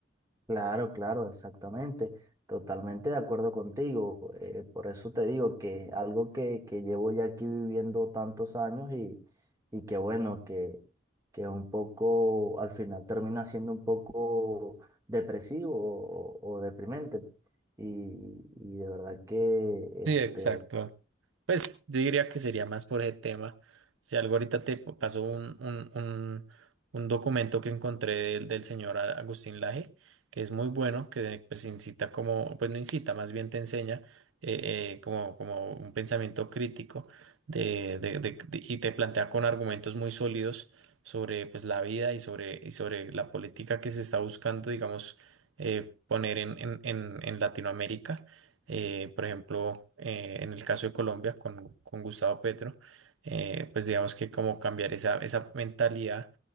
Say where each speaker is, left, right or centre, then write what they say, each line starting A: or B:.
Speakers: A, on the right; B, on the right.
A: Claro, claro, exactamente. Totalmente de acuerdo contigo. Eh, por eso te digo que algo que, que llevo ya aquí viviendo tantos años y, y que bueno, que, que un poco, al final termina siendo un poco depresivo o, o deprimente. Y, y de verdad que
B: Sí,
A: este,
B: exacto. Pues yo diría que sería más por ese tema. Si algo ahorita te p- pasó un, un, un, un documento que encontré del, del señor A- Agustín Laje, que es muy bueno, que pues incita como, pues no incita, más bien te enseña eh, eh, como, como un pensamiento crítico de, de- de- de- y te plantea con argumentos muy sólidos sobre pues la vida y sobre, y sobre la política que se está buscando, digamos, eh, poner en, en, en en Latinoamérica. Eh, por ejemplo, eh, en el caso de Colombia con, con Gustavo Petro, eh, pues digamos que como cambiar esa, esa mentalidad